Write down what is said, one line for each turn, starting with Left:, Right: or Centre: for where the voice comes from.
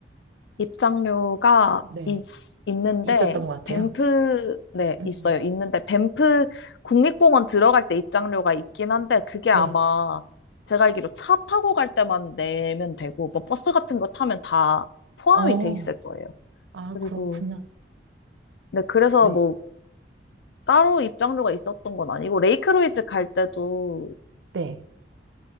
Left: 입장료가
Right: 네.
Left: 있, 있는데,
Right: 있었던 것 같아요.
Left: 밴프, 네,
Right: 음.
Left: 있어요. 있는데, 밴프 국립공원 들어갈 때 입장료가 있긴 한데, 그게 아마
Right: 네.
Left: 제가 알기로 차 타고 갈 때만 내면 되고, 뭐 버스 같은 거 타면 다 포함이
Right: 어,
Left: 돼 있을 거예요.
Right: 아,
Left: 그리고
Right: 그렇구나.
Left: 네, 그래서
Right: 네.
Left: 뭐 따로 입장료가 있었던 건 아니고 레이크로이즈 갈 때도
Right: 네.